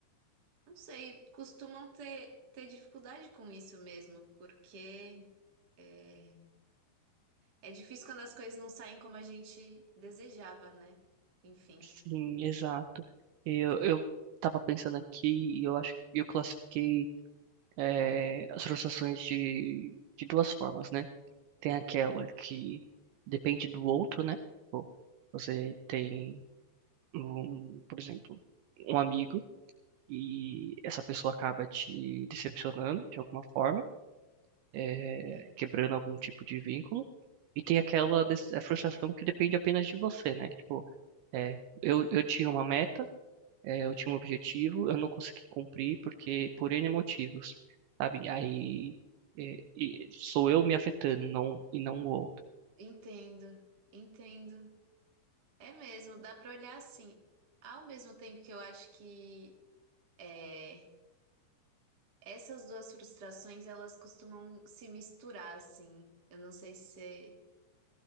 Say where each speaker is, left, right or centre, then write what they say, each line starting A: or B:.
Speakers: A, on the right (about 60°); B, on the right (about 80°).
A: não sei, costumam ter, ter dificuldade com isso mesmo, porque... é, É difícil quando as coisas não saem como a gente desejava, né? Enfim,
B: Sim, exato. Eu, eu tava pensando aqui e eu acho que eu classifiquei, eh, as frustrações de, de duas formas, né? Tem aquela que depende do outro, né? Tipo, Você tem um, por exemplo, um amigo e essa pessoa acaba te decepcionando de alguma forma, é,
A: Sim.
B: quebrando algum tipo de vínculo. E tem aquela des- a frustração que depende apenas de você, né? Tipo, é, eu, eu tinha uma meta, é, eu tinha um objetivo, eu não consegui cumprir porque por N motivos, sabe? Aí é, e sou eu me afetando, não, e não o outro.
A: entendo, entendo. É mesmo, dá pra olhar assim. Ao mesmo tempo que eu acho que é, essas duas frustrações, elas costumam se misturar, assim. Eu não sei se você